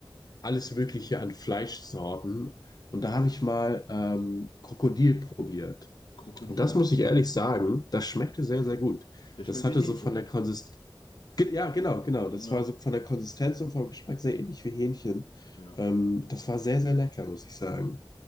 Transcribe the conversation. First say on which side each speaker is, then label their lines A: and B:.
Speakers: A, on the left; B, on the left.
A: alles Mögliche an Fleischsorten. Und da habe ich mal ähm, Krokodil probiert.
B: Krokodil.
A: Und das muss ich ehrlich sagen, das schmeckte sehr, sehr gut.
B: Der schmeckt
A: Das hatte
B: wie Hähnchen.
A: so von der Konsistenz, ja, genau, genau. Das
B: Ja.
A: war so von der Konsistenz und vom Geschmack sehr ähnlich wie Hähnchen.
B: Ja.
A: Ähm, das war sehr, sehr lecker, muss ich sagen.